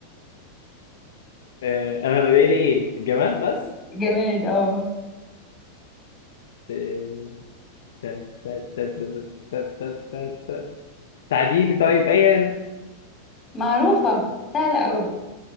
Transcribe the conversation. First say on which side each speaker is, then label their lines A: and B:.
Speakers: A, on the left; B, on the left.
A: آه، أنا بقى لي إيه الجماد بس
B: جماد اه
A: آه، تا- تا- تا- تا- تا- تا- تا- تا- تعديني طيب أيا
B: معروفة سهلة قوي